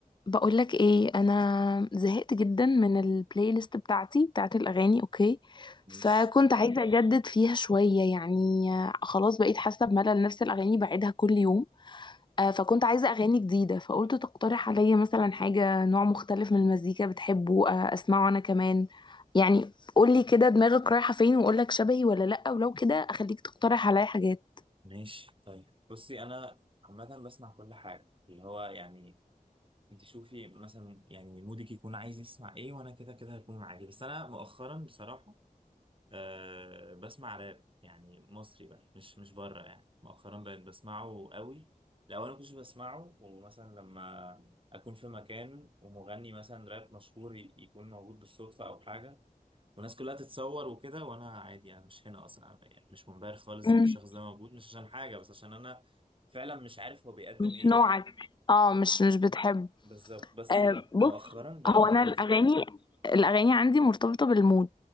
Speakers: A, on the left; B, on the right.
A: بقولك ايه انا زهقت جدا من البلاي ليست بتاعتي بتاعت الاغاني اوكي
B: ماشي
A: فكنت عايزه اجدد فيها شويه يعني آه، خلاص بقيت حاسه بملل نفس الاغاني بعيدها كل يوم آه، فكنت عايزه اغاني جديده فقلت تقترح عليا مثلا حاجه نوع مختلف من المزيكا بتحبه آه، اسمعه انا كمان يعني قولي كده دماغك رايحه فين واقولك شبهي ولا لا ولو كده اخليك تقترح عليا حاجات
B: ماشي طيب بصي انا عامه بسمع كل حاجه اللي هو يعني انت شوفي مثلا يعني مودك يكون عايز يسمع ايه وانا كده كده هيكون معاكي بس انا مؤخرا بصراحه أه بسمع راب يعني مصري بقى مش مش بره يعني مؤخرا بقيت بسمعه قوي الاول ما كنتش بسمعه ومثلا لما اكون في مكان ومغني مثلا راب مشهور ي- يكون موجود بالصدفه او حاجه والناس كلها تتصور وكده وانا عادي انا مش هنا اصلا أنا يعني مش منبهر خالص
A: مم.
B: ان الشخص ده موجود مش عشان حاجه بس عشان انا فعلا مش عارف هو بيقدم
A: مش
B: ايه
A: نوعك
B: يعني
A: اه
B: ب-
A: مش مش بتحب
B: بالظبط بس
A: آه، بص
B: مؤخرا بقيت
A: هو انا
B: بدوس
A: الاغاني
B: بقى
A: الاغاني عندي مرتبطه بالمود